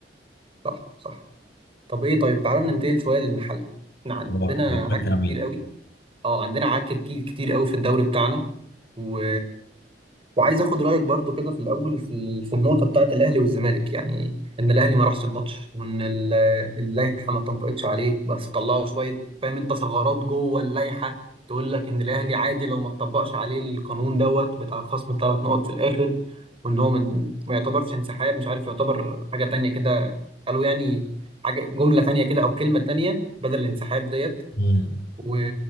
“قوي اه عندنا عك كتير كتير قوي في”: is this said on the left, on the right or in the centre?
Right